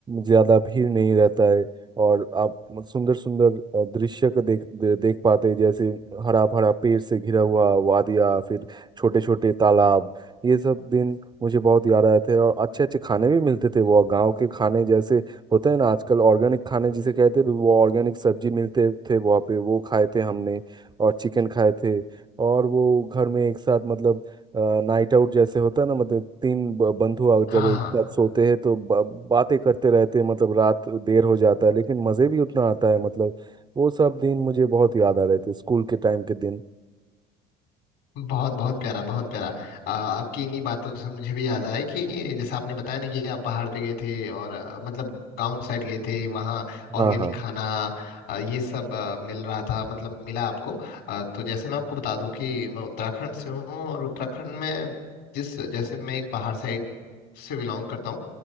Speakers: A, on the right; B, on the left.
A: ज्यादा भीड़ नहीं रहता है और आप सुंदर सुंदर दृश्य को देख दे, देख पाते हैं जैसे हरा भरा पेड़ से घिरा हुआ वादिया फिर छोटे छोटे तालाब ये सब दिन मुझे बहुत याद आए थे और अच्छे अच्छे खाने भी मिलते थे वो गांव के खाने जैसे होते हैं ना आजकल ऑर्गेनिक खाने जिसे कहते हैं तो वो ऑर्गेनिक सब्जी मिलते थे वहाँ पे वो खाए थे हमने और चिकन खाए थे और वो घर में एक साथ मतलब नाइट आउट जैसे होता है ना मतलब तीन ब- बंधु आ-
B: हाँ
A: जब एक
B: हाँ।
A: साथ सोते हैं तो ब- बातें करते रहते हैं मतलब रात देर हो जाता है लेकिन मज़े भी उतना आता है मतलब वो सब दिन मुझे बहुत याद आ रहे थे स्कूल के टाइम के दिन
B: बहुत बहुत प्यारा बहुत प्यारा अ, आपकी इन्हीं बातों से मुझे भी याद आया कि जैसे आपने बताया ना कि आप पहाड़ पे गए थे और अ, मतलब गांव साइड गए थे वहाँ ऑर्गेनिक
A: हाँ हाँ
B: खाना अ, ये सब अ, मिल रहा था मतलब मिला आपको अ, तो जैसे मैं आपको बता दूं कि मैं उत्तराखंड से हूँ और उत्तराखंड में जिस जैसे मैं एक पहाड़ साइड से बिलोंग करता हूँ